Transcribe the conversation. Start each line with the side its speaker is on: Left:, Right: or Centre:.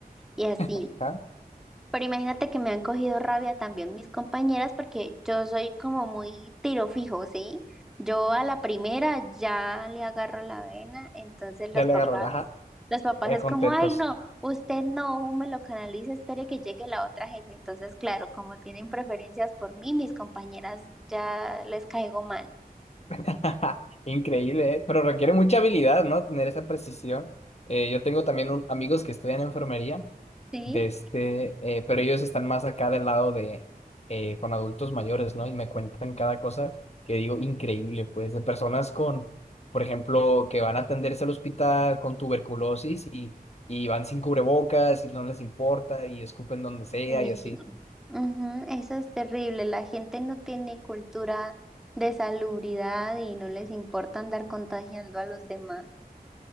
Centre: y así.
Left: ajá,
Centre: Pero imagínate que me han cogido rabia también mis compañeras porque yo soy como muy tiro fijo, ¿sí? Yo a la primera ya le agarro la vena, entonces los
Left: Ya le
Centre: papás,
Left: agarró ajá,
Centre: los papás
Left: eh,
Centre: es
Left: contentos.
Centre: como, ay, no, usted no me lo canalice, espere que llegue la otra jefe. Entonces, claro, como tienen preferencias por mí, mis compañeras ya les caigo mal,
Left: <laughs> Increíble, ¿eh? Pero requiere mucha habilidad, ¿no? Tener esa precisión. Eh, yo tengo también un- amigos que estudian enfermería
Centre: ¿sí?
Left: de este, eh, pero ellos están más acá del lado de, eh, con adultos mayores, ¿no? Y me cuentan cada cosa que digo increíble, pues, de personas con, por ejemplo, que van a atenderse al hospital con tuberculosis y, y van sin cubrebocas y no les importa y escupen donde sea
Centre: Sí.
Left: y así.
Centre: Ujú, Eso es terrible. La gente no tiene cultura de salubridad y no les importa andar contagiando a los demás.